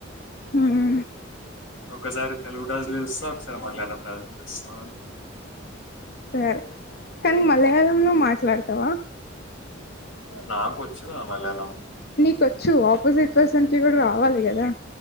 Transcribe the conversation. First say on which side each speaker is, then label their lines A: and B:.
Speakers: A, on the left (about 55°); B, on the left (about 85°).
A: ఉహు
B: ఒకసారి తెలుగు టాస్కూల్ ఇస్తా ఒకసారి మలయాళం టాస్కూల్ ఇస్తా అని
A: సరే కానీ మలయాళంలో మాట్లాడుతవా
B: ఓ నాకోచ్చు గా మల్యాలం
A: నీకొచ్చు ఆపోజిట్ పర్సన్ కి కూడా రావాలి కదా